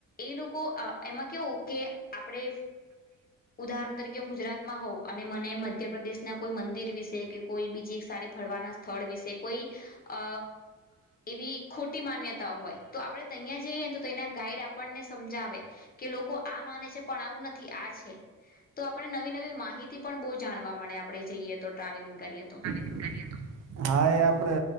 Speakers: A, on the left (about 30°); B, on the right (about 60°).
A: એ લોકો અ એમાં કેવું કે આપડે ઉદાહરણ તરીકે હું ગુજરાતમાં હોઉ અને મને એમ મધ્યપ્રદેશના કોઈ મંદિર વિશે કે કોઈ બીજી એક સારી ફરવાના સ્થળ વિશે કોઈ અ એવી ખોટી માન્યતાઓ હોય તો આપડે ત્યાં જઈએ તો તેના ગાઈડ આપણને સમજાવે કે લોકો આ માને છે પણ આવું નથી આ છે તો આપણે નવી નવી માહિતી પણ બો જાણવા મળે આપડે જઈએ તો ટ્રાવેલિંગ કરીએ તો
B: કરીયે તો હા એ આપડે